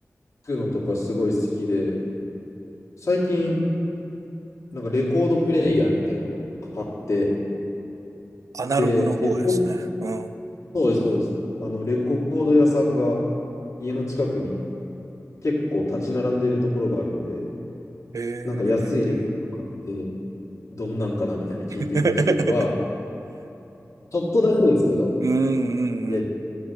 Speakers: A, on the left; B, on the right.
A: 聴くのとかすごい好きで、最近、なんかレコードプレイヤーみたいなの買って、
B: アナログの方ですね。
A: で、レコード、
B: うん。
A: そうです、そうです。あの、レコード屋さんが家の近くに結構立ち並んでるところがあるんで、
B: へえ。
A: なんか安いレコード買って、どんなんかなみたいな聞いてみたりは、
B: <laughs>
A: ちょっとだけですけど、
B: うんうんうん。
A: いや、